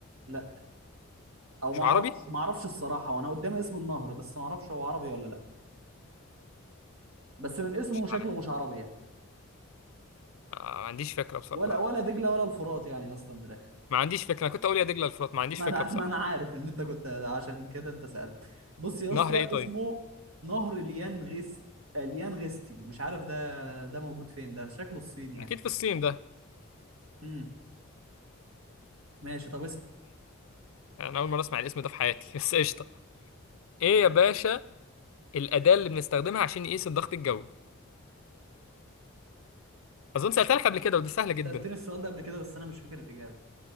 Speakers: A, on the right (about 75°); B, on the left (about 70°).
A: لا او
B: مش
A: ما
B: عربي
A: اعرفش ما اعرفش الصراحة وانا قدامي اسم النهر بس ما اعرفش هو عربي ولا لا بس من اسمه
B: مش
A: شكله مش عربي يعني
B: آه، ما عنديش فكرة بصراحة
A: ولا ولا دجلة ولا الفرات يعني يا اسطى من الاخر
B: ما عنديش فكرة أنا كنت أقول يا دجلة الفرات ما عنديش
A: ما
B: فكرة
A: انا
B: بصراحة
A: ما انا عارف ان انت كنت عشان كده انت سألت بص يا
B: نهر
A: اسطى
B: إيه طيب
A: اسمه نهر اليانغست اليانغستي مش عارف ده ده موجود فين ده شكله الصين يعني
B: أكيد في الصين ده
A: امم ماشي طب اسأل
B: أنا أول مرة أسمع الاسم ده في حياتي <laughs> بس قشطة إيه يا باشا الأداة اللي بنستخدمها عشان نقيس الضغط الجوي أظن سألتها لك قبل كده ودي سهلة جدا
A: سألتني السؤال ده قبل كده بس انا مش فاكر الإجابة